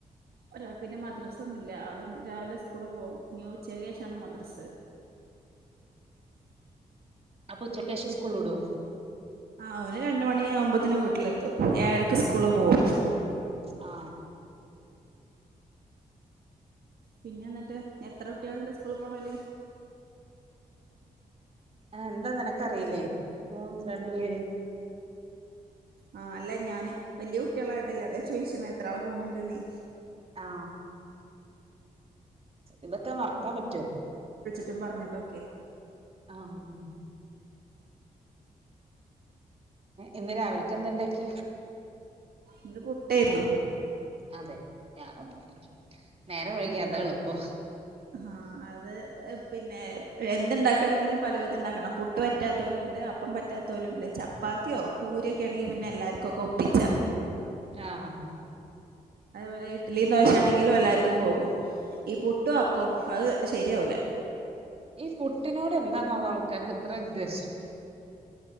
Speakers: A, on the right; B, on the right.
A: ഒരാക്കു പിന്നെ മദ്രസ്സ ഒന്നും ഇല്ല ആള രാവിലെ സ്കൂള് പോകും നീ ഉച്ചയ്ക്ക്ശേഷാണ് മദ്രസ്സ <unintelligible>
B: അപ്പൊച്ചക്ക് ശേഷം സ്കൂൾവിടോ
A: ആ അവന് രണ്ട മണി ആവുമ്പത്തന് വീട്ടിലെത്തും ഏഴരൊക്കെ സ്കൂള് പോവും
B: ആ
A: പിന്നെ എന്നിട്ട് എത്ര കുട്ടികളുണ്ട് സ്കൂളി പോണോർ
B: ആ എന്താ നിനക്കറിയില്ലേ
A: കഴിഞ്ഞു
B: മൂന്ന് രണ്ടു പേര്
A: ആഹ അല്ല ഞാന് വല്യാ കുട്ടികളയതല്ലേ അതെ ചോയിച്ചന്ന എത്ര ആള് പോണണ്ട് ന്ന്
B: ആ ഇതൊക്കെ മറക്കാൻ പറ്റുവോ
A: റ്റും പറഞ്ഞ്ട്ടൊക്കെ
B: ആഹ് ഇന്ന് രാവില്ക്കെന്ത ഇണ്ടാക്കി
A: ഇന്ന് പുട്ടെര്ന്നു
B: അതെ. ഞാനും നേരം വൈകി അതാ
A: അയ്
B: എള്പ്പം
A: ആ അത് പിന്നെ എന്ത്ണ്ടാക്കാണെങ്കിലും പലവിധണ്ടാക്കണം പുട്ട് പറ്റാത്തോല്ണ്ട് അപ്പം പറ്റാത്തോല്ണ്ട് ചപ് പ്പാത്തിയൊ പൂരിയൊക്കെ ആണെങ്കി പിന്നെ എല്ലാർക്കൊക്കെ ഒപ്പിച്ച
B: ആഹ് ആഹ്
A: അത്പോലെ ഇട്ലിം ദോശാണെങ്കിലും എല്ലാർക്കും പോകും ഈ പുട്ടും അപ്പൊം
B: ഈ
A: അത് ശരിയവുല
B: ഈ പുട്ട്ന് എന്താണാവൊ ആൾക്കാർക് ഇത്രെ വിദ്വേശം